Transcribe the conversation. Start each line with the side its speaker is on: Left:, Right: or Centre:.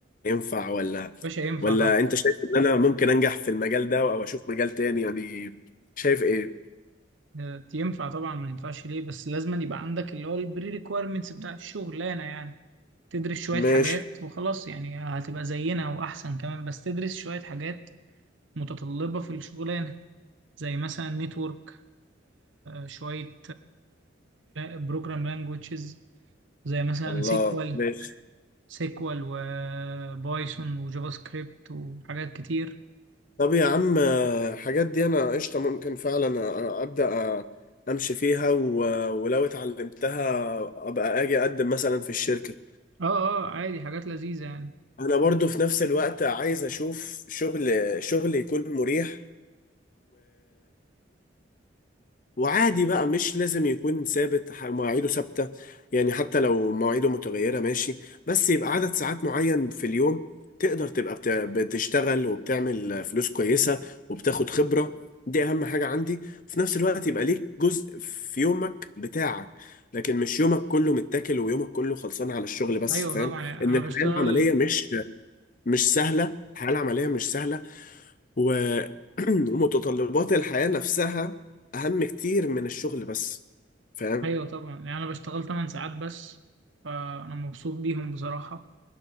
Left: هينفع ولا
Right: باشا ينفع
Left: ولا
Right: طبعا
Left: انت شايف ان انا ممكن انجح في المجال ده او اشوف مجال تاني يعني شايف ايه
Right: آه، ينفع طبعا ما ينفعش ليه بس لازم يبقى عندك اللي هو البري ريكويرمنتس بتاع الشغلانه يعني تدرس شويه
Left: ماشي
Right: حاجات وخلاص يعني هتبقى زينا واحسن كمان بس تدرس شويه حاجات متطلبه في الشغلانه زي مثلا نتورك شوية بروجرام لانجويجز زي مثلا
Left: الله
Right: سيكوال
Left: ماشي
Right: سيكوال وبايثون وجافا سكريبت وحاجات كتير
Left: طب يا عم الحاجات دي انا قشطه ممكن فعلا ابدا امشي فيها و- ولو اتعلمتها ابقى اجي اقدم مثلا في الشركه
Right: اه اه عادي حاجات لذيذة يعني
Left: انا برضو في نفس الوقت عايز اشوف شغل شغل يكون مريح وعادي بقى مش لازم يكون ثابت ح- مواعيده ثابتة يعني حتى لو مواعيده متغيرة ماشي بس يبقى عدد ساعات معين في اليوم تقدر تبقى بت- بتشتغل وبتعمل فلوس كويسة وبتاخد خبرة دي أهم حاجة عندي في نفس الوقت يبقى ليك جزء في يومك بتاعك لكن مش يومك كله متاكل ويومك كله خلصان على الشغل بس
Right: ايوه
Left: فاهم
Right: طبعا يعني
Left: إن
Right: انا
Left: الحياة
Right: بشتغل
Left: العملية مش مش سهلة الحياة العملية مش سهلة و... <clears throat> ومتطلبات الحياة نفسها أهم كتير من الشغل بس فاهم؟
Right: ايوه طبعا يعني انا بشتغل 8 ساعات بس فانا مبسوط بيهم بصراحة